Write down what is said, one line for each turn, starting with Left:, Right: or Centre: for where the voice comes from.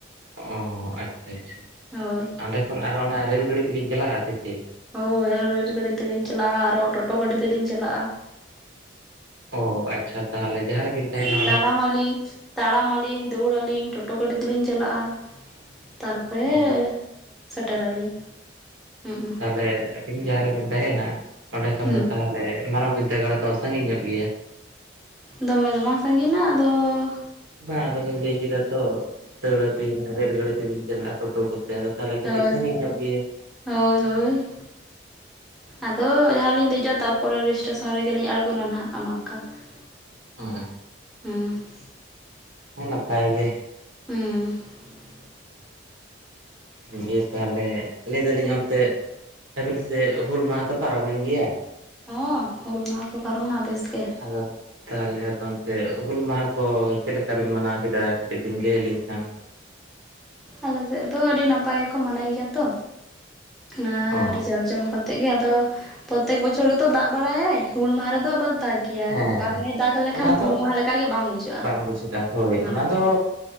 Right: ᱚᱸ ᱟᱪᱪᱷᱟ ᱟᱪᱷᱟ,
Centre: ᱦᱳᱭ
Right: ᱚᱸᱰᱮ ᱠᱷᱚᱱ ᱟᱨᱚ ᱚᱱᱟ ᱨᱮᱞ ᱜᱟᱹᱲᱤ ᱛᱤᱜᱤᱧ ᱪᱟᱞᱟᱜ-ᱟ ᱥᱮ ᱪᱮᱜ?
Centre: ᱦᱚᱭ ᱟᱨ ᱦᱚᱸ ᱨᱮᱞ ᱜᱟᱹᱰᱤ ᱛᱮᱞᱤᱧ ᱪᱟᱞᱟᱜ-ᱟ ᱟᱨᱚ ᱴᱚᱴᱚ ᱜᱟᱹᱰᱤ ᱛᱮᱞᱤᱧ ᱪᱟᱞᱟᱜ-ᱟ᱾
Right: ᱚᱻ ᱟᱪᱪᱷᱟ ᱛᱟᱦᱚᱞᱮ ᱡᱟᱦᱟᱸ ᱨᱮᱵᱤᱱ ᱛᱟᱦᱮᱱᱟ <inaudible> ᱼᱼ
Centre: ᱛᱟᱲᱟᱢ ᱟᱞᱤᱧ ᱛᱟᱲᱟᱢ ᱟᱞᱤᱧ, ᱫᱳᱲᱟ ᱟᱞᱤᱧ, ᱴᱚᱴᱚ ᱜᱟᱹᱰᱤ ᱛᱮᱞᱤᱧ ᱪᱟᱞᱟᱜ-ᱟ᱾ ᱛᱟᱨ ᱯᱚᱨᱮ
Right: ᱚ
Centre: ᱥᱮᱴᱮᱨ ᱟᱞᱤᱧ, ᱦᱩᱸᱜ-ᱩᱸ᱾
Right: ᱨᱮ ᱟᱹᱵᱤᱱ ᱡᱟᱦᱟᱸ ᱨᱤᱵᱤᱱ ᱛᱟᱦᱮᱱᱟ ᱚᱸᱰᱮ ᱠᱷᱚᱱ
Centre: ᱦᱩᱸ
Right: ᱫᱚ ᱛᱟᱦᱚᱞᱮ ᱢᱟᱨᱟᱝ ᱵᱤᱫᱽᱫᱟᱜᱟᱲ ᱫᱚ ᱥᱟᱺᱜᱤᱧ ᱧᱚᱜ ᱜᱮᱭᱟ?
Centre: ᱫᱚᱢᱮ ᱫᱚ ᱵᱟᱝ ᱥᱟᱺᱜᱤᱱᱟ ᱟᱫᱚ ᱼᱼ
Right: ᱵᱟ ᱟᱫᱚ ᱵᱤᱱ ᱞᱟᱹᱭ ᱠᱮᱫᱟ ᱛᱚ ᱫᱟᱹᱲ ᱟᱵᱤᱱ, ᱨᱮᱞ ᱜᱟᱹᱲᱤ ᱛᱮᱵᱤᱱ ᱪᱟᱞᱟᱜ-ᱟ, ᱴᱚᱴᱚ ᱠᱚᱛᱼᱼ ᱟᱫᱚ ᱛᱟᱦᱚᱞᱮ ᱠᱟᱹᱴᱤᱡ
Centre: ᱦᱳᱭ
Right: ᱥᱟᱺᱜᱤᱧ ᱧᱚᱜ ᱜᱮᱭᱟ ᱾
Centre: ᱦᱳᱭ ᱦᱳᱭ ᱾ ᱟᱫᱚ ᱡᱟᱦᱟᱸᱞᱤᱧ ᱫᱮᱡᱚᱜᱼᱟ ᱛᱟᱨᱯᱚᱨᱮᱮ ᱮᱤᱥᱴᱮᱥᱚᱱ ᱨᱮᱜᱮᱞᱤᱧ ᱟᱬᱜᱚᱱᱟ ᱱᱟᱦᱟᱜ ᱚᱱᱮ ᱚᱱᱠᱟ ᱾ <unintelligible>
Right: <unintelligible>
Centre: ᱦᱩᱸ ᱾
Right: ᱦᱮᱸ ᱱᱟᱯᱟᱭ ᱜᱮ ᱾
Centre: ᱦᱩᱸ ᱾
Right: ᱫᱤᱭᱮ ᱛᱟᱦᱚᱞᱮ ᱞᱟᱹᱭ ᱫᱟᱞᱤᱧ ᱚᱱᱛᱮ ᱟᱵᱮᱱ ᱥᱮᱜ, ᱦᱩᱞ ᱢᱟᱦᱟ ᱛᱚ ᱯᱟᱨᱚᱢᱮᱱ ᱜᱮᱭᱟ ᱾
Centre: ᱦᱚᱸ ᱦᱩᱞ ᱢᱟᱦᱟ ᱠᱚ ᱯᱟᱨᱚᱢ ᱱᱟ ᱵᱮᱥ ᱜᱮ ᱾
Right: ᱟᱫᱚ ᱛᱟᱦᱚᱞᱮ ᱟᱫᱚ ᱚᱱᱛᱮ ᱦᱩᱞ ᱢᱟᱦᱟ ᱠᱚ ᱪᱮᱫ ᱞᱮᱠᱟ ᱵᱤᱱ ᱢᱟᱱᱟᱣ ᱠᱮᱫᱟ ᱠᱟᱹᱴᱤᱡ ᱵᱤᱱ ᱞᱟᱹᱭ ᱟᱹᱞᱤᱧ ᱠᱷᱟᱱ?
Centre: ᱟᱞᱮᱥᱮᱫ ᱫᱚ ᱟᱹᱰᱤ ᱱᱟᱯᱟᱭ ᱜᱮᱠᱚ ᱢᱟᱱᱟᱭ ᱜᱮᱭᱟ ᱛᱚ, ᱟᱨ
Right: ᱚ
Centre: ᱟᱹᱰᱤ ᱡᱟᱠ ᱡᱚᱢᱚᱠ ᱟ ᱟᱛᱮ ᱜᱮ, ᱟᱫᱚ ᱯᱨᱚᱛᱮᱠ ᱵᱚᱪᱷᱚᱨ ᱜᱮᱛᱚ ᱫᱟᱜ ᱵᱟᱲᱟᱭᱟᱭ ᱦᱩᱞ ᱢᱟᱦᱟ ᱨᱮᱫᱚ ᱟᱵᱟᱨ ᱫᱟᱜ <unintelligible>
Right: ᱦᱮᱸ
Centre: ᱵᱟᱝ
Right: ᱦᱮᱸ
Centre: ᱮ ᱫᱟᱜ ᱞᱮᱠᱷᱟᱱ
Right: ᱚᱱᱟ ᱫᱚ
Centre: ᱦᱩᱞ ᱢᱟᱦᱟ ᱞᱮ ᱞᱮᱠᱟ ᱜᱮ ᱵᱟᱝ ᱵᱩᱡᱷᱟᱹᱜᱼᱟ,
Right: ᱵᱟᱝ ᱵᱩᱡᱷᱟᱹᱜᱼᱟ
Centre: ᱦᱳᱭ
Right: ᱚᱱᱟ
Centre: ᱾
Right: ᱫᱚ